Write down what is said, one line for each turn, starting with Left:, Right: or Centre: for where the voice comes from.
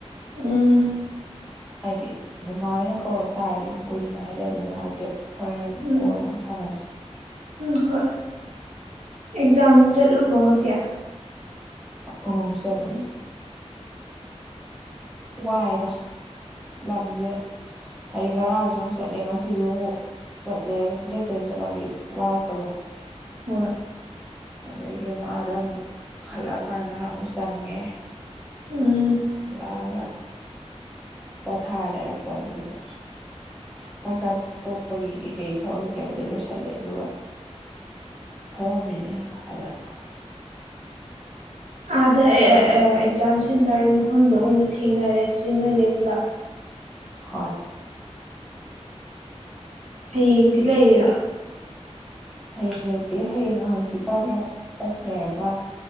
Right: ꯎꯝ
Centre: ꯍꯥꯏꯗꯤ ꯃꯃꯥ ꯍꯣꯏꯅ ꯀꯧꯔꯛ ꯇꯥꯔꯗꯤ ꯀꯨꯏꯅ ꯉꯥꯏꯍꯜꯂꯩꯕꯗꯣ ꯅꯨꯡꯉꯥꯏꯇꯦꯕ ꯍꯔꯦꯜ
Right: ꯎꯝ
Centre: ꯀꯣꯅ ꯑꯃꯛ ꯁꯥꯟꯅꯁꯤ
Right: ꯎꯝ ꯍꯣꯏ ꯑꯦꯛꯖꯥꯝ ꯆꯠꯂꯨꯕ꯭ꯔꯣ ꯉꯁꯤ
Centre: ꯑꯣ ꯆꯠꯂꯨꯏ ꯋꯥꯏꯗ ꯂꯝꯁꯦ ꯍꯩ ꯉꯔꯥꯡꯁꯨ ꯑꯃꯨꯛ ꯆꯠꯂꯦ ꯉꯁꯤꯁꯨ ꯑꯃꯨꯛ ꯆꯠꯂꯦ ꯂꯦꯞꯇꯕꯤ ꯆꯠꯂꯛꯑꯗꯤ ꯋꯥꯔꯛꯄꯗꯣ
Right: ꯍꯣꯏ
Centre: ꯑꯗꯒꯤ ꯑꯃꯨꯛ ꯑꯥꯗ ꯑꯃꯨꯛ ꯈꯜꯂꯛꯑꯀꯥꯟꯗ ꯉꯥꯏꯍꯥꯛ ꯑꯃꯨꯛ ꯆꯪꯉꯦ
Right: ꯎꯝ
Centre: ꯍꯜꯂꯛꯑꯒ ꯄꯣꯊꯥ ꯂꯩꯔꯛꯄꯣꯅꯤꯗ ꯆꯥꯛ ꯆꯥ ꯇꯣꯛꯄꯒꯤ ꯀꯩ ꯀꯩ ꯊꯕꯛ ꯀꯩꯀꯥꯕꯨꯗꯤ ꯂꯣꯏꯁꯤꯜꯂꯦ ꯑꯗꯨꯒ ꯐꯝꯃꯝꯃꯤꯅꯦ ꯉꯍꯥꯛ ꯑꯗ <unintelligible>
Right: ꯑꯥꯗ ꯑꯦꯛꯖꯥꯝ ꯁꯦꯟꯇꯔ ꯃꯐꯝꯗ ꯑꯣꯏꯅ ꯊꯦꯡꯅꯔꯗ꯭꯭ꯔꯤ ꯅꯣꯏꯗꯩ ꯄꯨꯂꯞ
Centre: ꯍꯣꯏ
Right: ꯍꯌꯦꯡꯗꯤ ꯂꯩꯔꯤꯔꯥ
Centre: ꯍꯌꯦꯡ ꯂꯩꯇꯦ ꯍꯌꯦꯡꯒ ꯍꯪꯆꯤꯠꯀ ꯑꯃꯨꯛ ꯑꯣꯐ ꯂꯩꯔꯒ